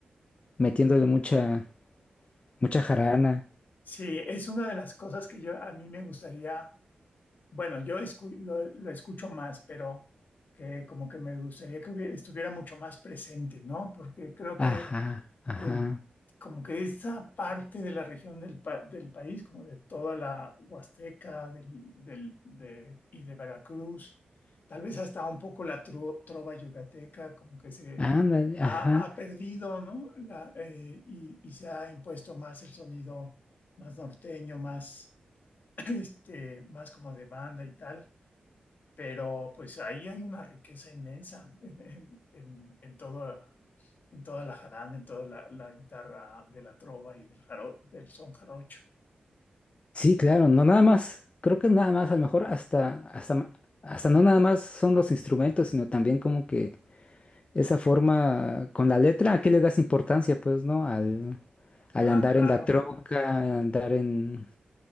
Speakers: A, on the left (about 40°); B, on the left (about 65°).
A: metiéndole mucha, mucha jarana.
B: Sí, es una de las cosas que yo a mí me gustaría Bueno, yo escu- lo, lo escucho más, pero que como que me gustaría que hubiera- estuviera mucho más presente, ¿no? Porque creo
A: Ajá,
B: que
A: ajá,
B: de- como que esta parte de la región del, pa- del país, como de toda la Huasteca del, del- de- y de Veracruz, tal vez hasta un poco la tru- trova yucateca, como que se
A: ándale,
B: ha,
A: ajá.
B: ha perdido, ¿no? La, eh, y, y se ha impuesto más el sonido más norteño, más, <clears throat> este, más como de banda y tal pero pues ahí hay una riqueza inmensa en, en, en, en todo- en toda la jarana, en toda la, la guitarra de la trova y del, jaro- del son jarocho.
A: Sí, claro, no nada más, creo que nada más, a lo mejor hasta, hasta, ma- hasta no nada más son los instrumentos, sino también como que esa forma con la letra, ¿a qué le das importancia, pues, no? Al, al
B: Ah,
A: andar
B: claro.
A: en la troca, al andar en,